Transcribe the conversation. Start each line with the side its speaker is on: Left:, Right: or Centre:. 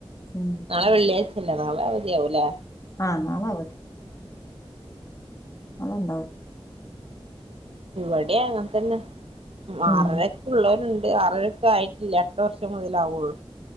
Left: ഉം
Right: നാളെ വെള്ളിയാഴ്ചല്ലെ നാളെ അവധി ആവൂലേ
Left: ആഹ് നാളെ അവധിയാ ഓള് ഇണ്ടാവും.
Right: ഇവിടി അങ്ങൻത്തന്നെ.
Left: ഉം
Right: ആറരെക്കുള്ളോല്ണ്ട് ആറരൊക്കെ ആയി ഇല്ല്യ അടുത്ത വർഷം മുതലാവൊള്ളൂ.